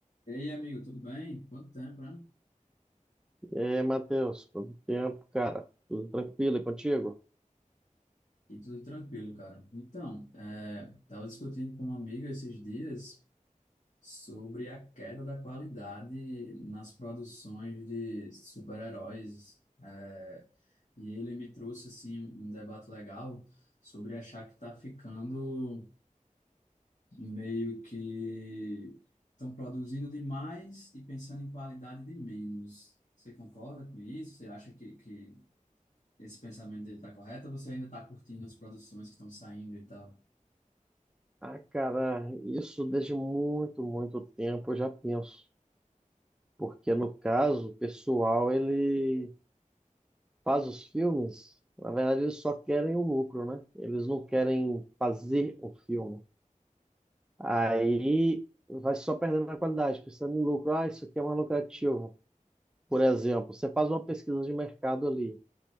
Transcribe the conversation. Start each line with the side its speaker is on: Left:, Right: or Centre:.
Left: Ei, amigo, tudo bem? Quanto tempo, né?
Centre: E aí, Matheus, quanto tempo, cara? Tudo tranquilo e contigo?
Left: E tudo tranquilo, cara. Então, é, tava discutindo com um amigo esses dias sobre a queda da qualidade nas produções de super-heróis. é, e ele me trouxe, assim, um um debate legal sobre achar que tá ficando meio que estão produzindo demais e pensando em qualidade de menos. Você concorda com isso? Você acha que, que Esse pensamento dele tá correto ou você ainda tá curtindo as produções que estão saindo e tal?
Centre: Ah, cara, isso desde muito, muito tempo eu já penso. Porque no caso, o pessoal, ele faz os filmes, na verdade eles só querem o lucro, né? Eles não querem fazer o filme. Aí vai só perdendo a qualidade, pensando em lucro. Ah, isso aqui é mais lucrativo. Por exemplo, você faz uma pesquisa de mercado ali.